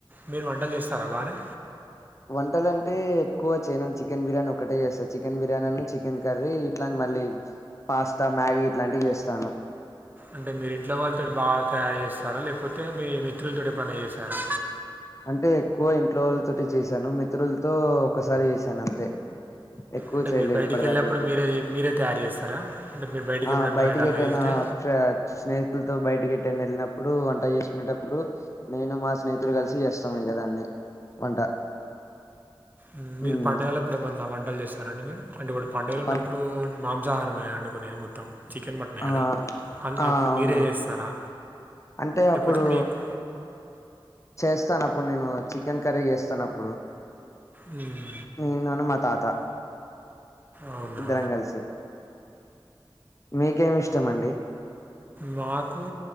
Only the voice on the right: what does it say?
మీరు వంటలు చేస్తారా బానే
అంటే మీరి ఇంట్లో వాళ్ళతో బాగా తయారు చేస్తారా లేకపోతే మీ మిత్రులతో పని చేస్తారా
అంటే
మీరు బయటికి
వెళ్ళినప్పుడు మీరే మీరే తయారు చేస్తారా అంటే మీరు బయటికి
ఎప్పుడన్న ఏటన్న
ఎల్తే
మ్మ్. మీరు
పండగలో అప్పుడు ఏమన్నా వంటలు చేస్తారండి మీరు అంటే ఇప్పుడు పంగలు
ఉన్నప్పుడు మా ఉసాహారమే వండుకునేది మొత్తం చికెన్ మటన్
కదా అ
అప్పుడు
మీరే చేస్తారా
లేకపోతే
మీకు
మ్మ్.
అవునా
మాకు